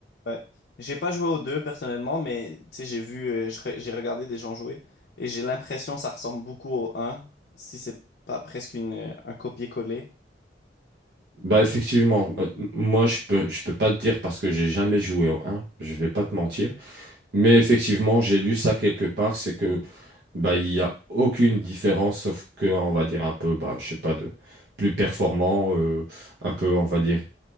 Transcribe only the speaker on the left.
Ouais. J'ai pas joué aux deux personnellement, mais tu sais, j'ai vu, euh, je re- j'ai regardé des gens jouer et j'ai l'impression que ça ressemble beaucoup au un si c'est pas presque une, euh, un copier-coller.